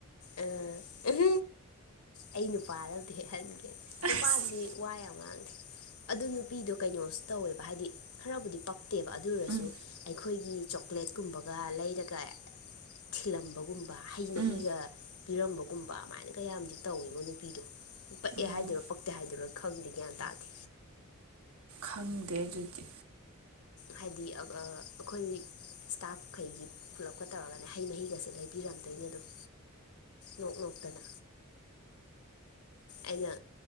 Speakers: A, on the left; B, on the right.
A: ꯑꯥ ꯎꯝ ꯑꯩ ꯅꯨꯄꯥꯗ ꯑꯝꯇꯥ ꯍꯦꯛꯍꯟꯒꯦ
B: ꯑꯁ
A: ꯅꯨꯄꯥꯗꯨꯗꯤ ꯋꯥ ꯌꯥꯝ ꯥꯑꯥ ꯑꯗꯨ ꯅꯨꯄꯤꯗꯣ ꯀꯩꯅꯣꯁꯨ ꯇꯧꯋꯦꯕ ꯍꯥꯏꯗꯤ ꯈꯔꯕꯨꯗꯤ ꯄꯛꯇꯦꯕ ꯑꯗꯨ ꯑꯣꯏꯔꯁꯨ
B: ꯎꯝ
A: ꯑꯩꯈꯣꯏꯒꯤ ꯆꯣꯀ꯭ꯂꯦꯠꯀꯨꯝꯕꯒ ꯂꯩꯔꯒ ꯊꯤꯜꯂꯝꯕꯒꯨꯝꯕ ꯍꯩ ꯃꯍꯤꯒ
B: ꯎꯝ
A: ꯄꯤꯔꯝꯕꯒꯨꯝꯕ ꯑꯗꯨꯃꯥꯏꯅꯒ ꯌꯥꯝꯗꯤ ꯇꯧꯋꯤꯉꯣ ꯅꯨꯄꯤꯗꯣ ꯄꯛꯑꯦ
B: ꯑꯣ
A: ꯍꯥꯏꯗꯣꯏꯔꯣ ꯄꯛꯇꯦ ꯍꯥꯏꯗꯣꯏꯔꯣ ꯈꯪꯗꯦ ꯒ꯭ꯌꯥꯟ ꯇꯥꯗꯦ
B: ꯈꯪꯗꯦ ꯑꯗꯨꯗꯤ
A: ꯍꯥꯏꯗꯤ ꯑꯥ ꯑꯩꯈꯣꯏ ꯏꯁꯇꯥꯐꯈꯩꯒꯤ ꯄꯨꯂꯞꯀ ꯇꯧꯔꯒꯅꯦ ꯍꯩ ꯃꯍꯤꯒꯁꯦ ꯂꯩꯕꯤꯔꯝꯗꯣꯏꯅꯦ ꯑꯗꯨꯝ ꯅꯣꯛ ꯅꯣꯛꯇꯅ ꯑꯩꯅ